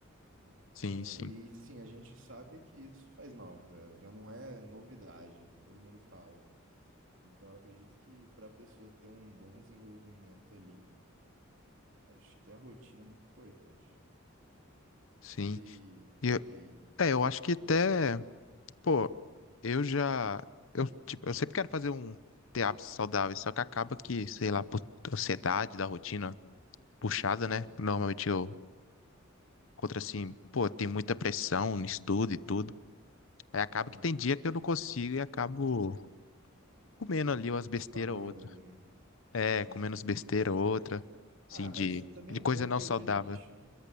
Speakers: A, on the right (about 65°); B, on the left (about 70°).
A: Então,
B: Sim, sim,
A: e, e, sim, a gente sabe que isso faz mal, já, já não é novidade, todo mundo fala. Então, eu acredito que para a pessoa ter um bom desenvolvimento ali, acho que a rotina é muito importante.
B: sim.
A: E,
B: E
A: e aí?
B: É, eu acho que até, pô, eu já, eu, tipo, eu sempre quero fazer um ter hábitos saudáveis, só que acaba que, sei lá, por ansiedade da rotina puxada, né?
A: Hum,
B: Normalmente eu encontro assim, pô, tem muita pressão no estudo e tudo. Aí acaba
A: sim,
B: que tem dia que eu não consigo e acabo comendo ali umas besteiras
A: espanando
B: ou outra.
A: ali, né?
B: É,
A: Aham.
B: comendo umas besteiras ou outra,
A: Ah,
B: assim,
A: mas
B: de,
A: também
B: de
A: é
B: coisa
A: bom ter
B: não saudável.
A: o dia de lixo, né?